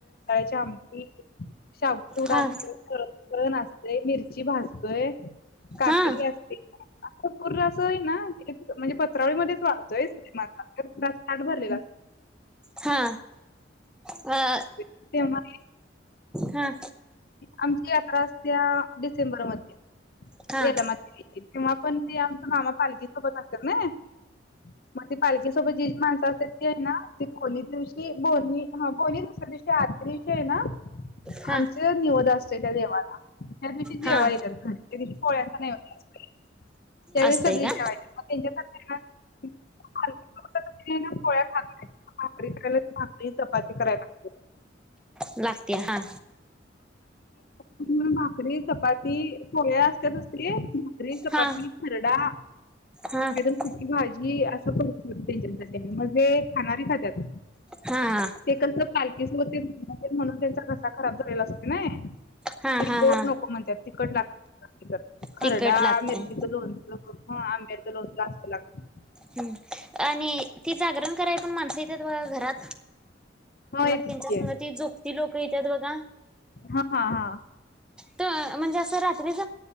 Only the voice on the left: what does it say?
च्या आमी शाबू चुडा
असतो खळ ना असतेय मिरची भासतय काकडी
असते. पूर अस आहे ना म्हणजे पत्रावळीमध्येच वाढतोय मा ताठ भरलेला असत.
तेव्हा.
आमची यात्रा असते डिसेंबरमध्ये
यालाम्मा ची. तेव्हा पण ते आमचा मामा पालखी सोबत असत्यात ना. मग त पालखेसोबत जी जी माणसं असत ती आहे ना खोली दिवशी बली ह बोली दुसऱ्या दिवशी आदल्या दिवशी आहे ना
आमचा निवद असतोय त्या देवाला त्या दिवशी
जेवा येतात घरी त्या दिवशी पोळ्यांचा नैवेद्य असतोय त्यावेळी
सगळे
जेवा येतात. त्यां <unintelligible> पोळ्या खात नाही भाकरी चपाती करायला लागते
भाकरी चपाती पोळ्या असत असते. भाकरी चपाती
खरडा
सुकी भाजी असं करतोय त्यांच्यासाठी आणि म्हणजे खाणारी खात्यात
ते कसं पालखीच होते म्हणून त्यांचा घसा खराब झालेला असते ना
ते
गोड
नको म्हणतात तिकट लागत खरडा
मिरचीचं लोणचं ह आंब्याचा लोनच असं लागत.
हा येतेच
की
हा हा हा.